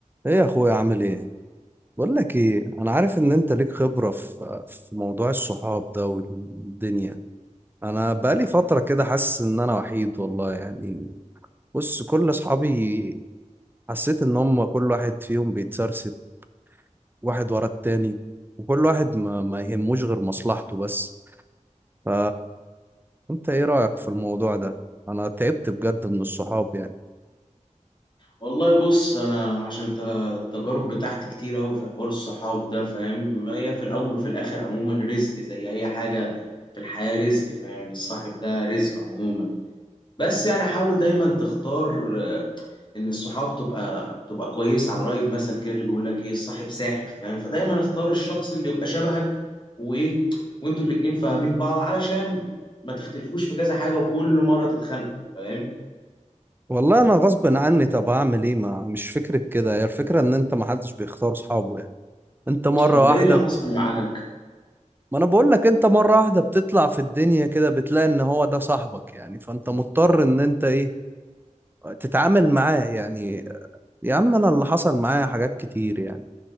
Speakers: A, on the right; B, on the left.
A: ايه يا اخويا عامل ايه بقول لك ايه انا عارف ان انت ليك خبرة في في موضوع الصحاب ده والدنيا انا بقالي فترة كده حاسس ان انا وحيد والله يعني بص كل اصحابي حسيت ان هم كل واحد فيهم بيتسرسب واحد ورا التاني وكل واحد ما, ما يهموش غير مصلحته بس ف انت ايه رأيك في الموضوع ده انا تعبت بجد من الصحاب يعني
B: والله بص انا عشان ت- التجارب بتاعتي كتير اوي في حوار الصحاب ده فاهم هي في الاول وفي الاخر عموما رزق زي اي حاجه في الحياه رزق فاهم يعني الصاحب ده رزق عموما بس يعني حاول دايما تختار آه، ان الصحاب تبقى تبقى كويس على راي المثل كده اللي بيقول لك ايه الصاحب ساحر فاهم فدايما اختار الشخص اللي يبقى شبهك وايه وانتوا الاتنين فاهمين بعض علشان ما تختلفوش في كذا حاجه وكل مره تتخانقوا فاهم
A: والله انا غصب عني طب هعمل ايه ما مش فكرة كده هي الفكرة ان انت ما حدش بيختار صحابه انت مرة
B: انت ايه
A: واحدة
B: اللي
A: ب-
B: حصل معاك
A: ما انا بقول لك انت مرة واحدة بتطلع في الدنيا كده بتلاقي ان هو ده صاحبك يعني فانت مضطر ان انت ايه تتعامل معاه يعني يا عم انا اللي حصل معايا حاجات كتير يعني